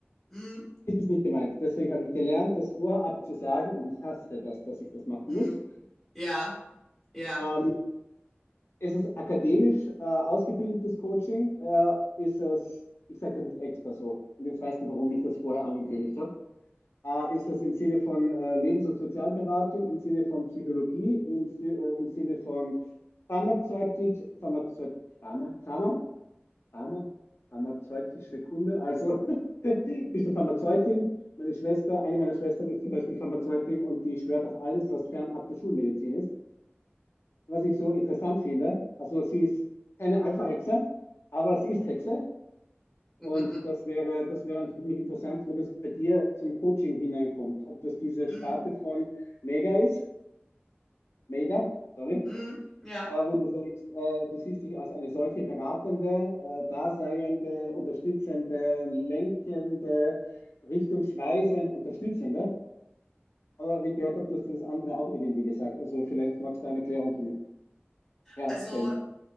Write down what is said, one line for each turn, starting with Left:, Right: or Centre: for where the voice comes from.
Centre: hm,
Left: Ist es nicht gemeint. Deswegen habe ich gelernt, das vorab zu sagen und ich hasse das, dass ich das machen
Centre: hm.
Left: muss.
Centre: Ja, ja.
Left: Ähm, ist es akademisch äh, ausgebildetes Coaching? Äh, ist es, ich sage das nicht extra so. Und jetzt weißt du, warum ich das vorher angekündigt habe. Ah, ist das im Sinne von äh, Lebens- und Sozialberatung, im Sinne von Psychologie, im, Si- äh, im Sinne von Pharmazeutik, Pharmazeut, Pharma, Pharma, Pharma, pharmazeutische Kunde? Also <laughs> bist du Pharmazeutin? Meine Schwester, eine meiner Schwestern ist zum Beispiel Pharmazeutin und die schwört auf alles, was fernab der Schulmedizin ist. Was ich so interessant finde, also sie ist keine Alpha-Hexe, aber sie ist Hexe.
Centre: <laughs>
Left: Und das wäre, das wäre einfach für mich interessant, wo das bei dir zum Coaching hineinkommt. Ob das diese
Centre: Hm,
Left: Sparte von Mega ist, Mega, sorry,
Centre: hm, ja.
Left: äh, wo du sagst, äh, du siehst dich als eine solche beratende, äh, daseiende, unterstützende, lenkende, richtungsweisend, unterstützende. Aber wie ich gehört habe, du hast das andere auch irgendwie gesagt. Also vielleicht magst du eine Erklärung für mich herstellen.
Centre: Also,